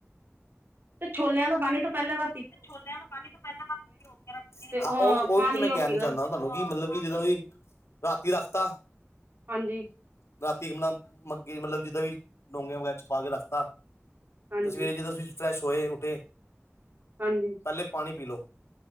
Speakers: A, on the right; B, on the left.
A: ਤੇ ਛੋਲਿਆਂ ਦਾ ਪਾਣੀ ਤਾਂ ਪਹਿਲਾਂ ਰਾ
B: ਛੋਲਿਆਂ ਨੂੰਹਿ
A: ਤੇ ਉਹ
B: ਹਾਂਹੀ ਉਹੀ
A: ਪਾਣੀ
B: ਮੈਂ
A: ਉਹ
B: ਕਹਿ
A: ਪੀ ਲੈਣਾ
B: ਚਾਹੁੰਦਾ ਤੁਹਾਨੂੰ ਕੀ ਮਤਲਬ ਕਿ ਜਿੱਦਾਂਸੀ ਰਾਤੀ ਰੱਖਤਾ
A: ਹਾਂਜੀ
B: ਰਾਤੀ ਆਪਣਾ ਮੱਗੇ ਮਤਲਬ ਜਿੱਦਾਂ ਵੀ ਡੋਂਗੀਆਂ ਵਗੈਰਾ ਚ ਪਾ ਕੇ ਰੱਖਤਾ
A: ਹਾਂਜੀ
B: ਤਸਵੇਰੇ ਜਿਦੋਂ ਤੁਸੀਂ ਫਰੈਸ਼ ਹੋਏ ਉੱਠੇ
A: ਹਾਂਜੀ
B: ਪਹਿਲੇ ਪਾਣੀ ਪੀ ਲਉ